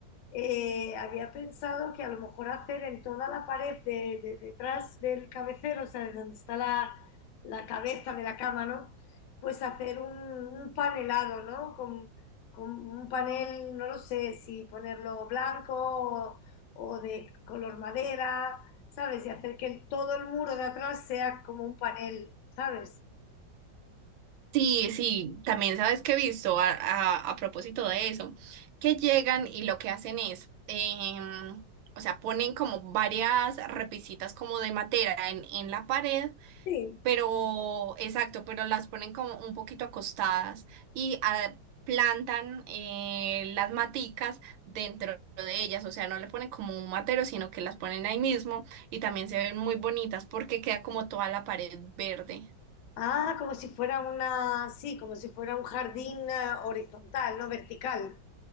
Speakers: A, on the left; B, on the right.
A: eh, había pensado que a lo mejor hacer en toda la pared de, de- detrás del cabecero, o sea, de donde está la, la cabeza de la cama, ¿no? Pues hacer un, un panelado, ¿no? Con, con un panel, no lo sé, si ponerlo blanco o, o de color madera, ¿sabes? Y hacer que el- todo el muro de atrás sea como un panel, ¿sabes?
B: Sí, sí, también sabes que he visto a, a- a propósito de eso, que llegan y lo que hacen es, em, o sea, ponen como varias repisitas como de madera en, en la pared,
A: Sí.
B: pero, exacto, pero las ponen como un poquito acostadas y a- plantan eh, las maticas dentro de ellas, o sea, no le ponen como un matero, sino que las ponen ahí mismo y también se ven muy bonitas porque queda como toda la pared verde.
A: Ah, como si fuera una, sí, como si fuera un jardín eh, horizontal, no vertical.